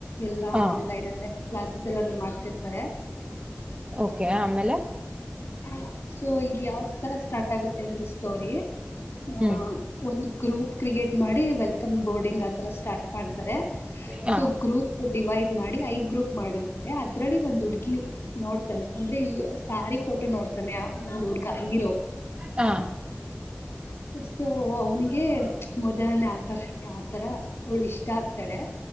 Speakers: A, on the left; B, on the right.
A: ಎಲ್ಲ
B: ಹಾ
A: ಆನ್ಲೈನ್ ಅಲ್ಲೇ ಕ್ಲಾಸಸ್ ಎಲ್ಲ ಮಾಡ ರ್ತಾರೆ
B: ಓಕೆ ಆಮೇಲೆ
A: ಹ ಸೊ ಇ ಯಾವ ತರ ಸ್ಟಾರ್ಟ್ ಆಗುತ್ತೆ ಅಂದ್ರ ಸ್ಟೋರಿ ಅಹ
B: ಹ್ಮ್
A: ಒಂದು ಗ್ರೂಪ್ ಕ್ರಿಯೇಟ್ ಮಾಡಿ ವೆಲ್ಕಮ್ ಬೋರ್ಡಿಂಗ್ ಆತರ ಸ್ಟಾರ್ಟ್ ಮಾಡ್ತಾರೆ
B: ಹಾ
A: ಸೊ ಗ್ರೂಪ್ ಡಿವೈಡ್ ಮಾಡಿ ಐದ್ ಗ್ರೂಪ್ ಮಾಡಿರ್ತಾರೆ ಒಂದ್ ಹುಡ್ಗಿ ನೋಡ್ತಾನೆ ಅಂದ್ರೆ ಸಾರಿ ಫೋಟೋ ನೋಡ್ತಾನೆ ಆ ಒಂದ್ ಹುಡ್ಗ ಹೀರೋ
B: ಹ
A: ಸೊ ಅವನಿಗೆ ಮೊದಲನೇ ಆಕರ್ಷಣೆ ಆತರ ಅವಳು ಇಷ್ಟ ಆಗ್ತಾಳೆ